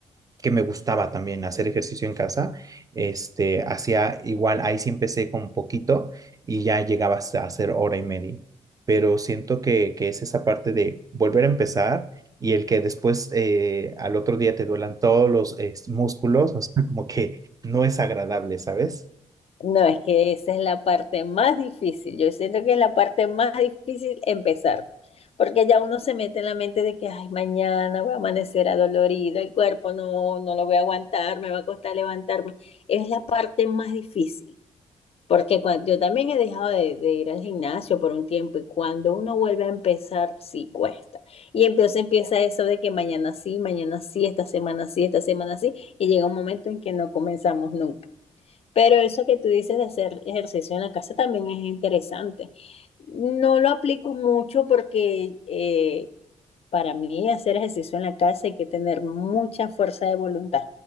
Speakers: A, on the right (about 30°); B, on the left (about 50°).
A: que me gustaba también hacer ejercicio en casa. Este, hacía igual, ahí sí empecé con poquito y ya llegaba a hacer hora y media. Pero siento que, que es esa parte de volver a empezar y el que después eh, al otro día te duelan todos los eh, músculos, <laughs> o sea, como que no es agradable, ¿sabes?
B: No, es que esa es la parte más difícil. Yo siento que es la parte más difícil empezar, porque ya uno se mete en la mente de que, ay, mañana voy a amanecer adolorido, el cuerpo no, no lo voy a aguantar, me va a costar levantarme. Es la parte más difícil, porque cuando, yo también he dejado de, de ir al gimnasio por un tiempo y cuando uno vuelve a empezar, sí cuesta. Y entonces empieza eso de que mañana sí, mañana sí, esta semana sí, esta semana sí, y llega un momento en que no comenzamos nunca. Pero eso que tú dices de hacer ejercicio en la casa también es interesante. No lo aplico mucho porque eh, para mí hacer ejercicio en la casa hay que tener mucha fuerza de voluntad,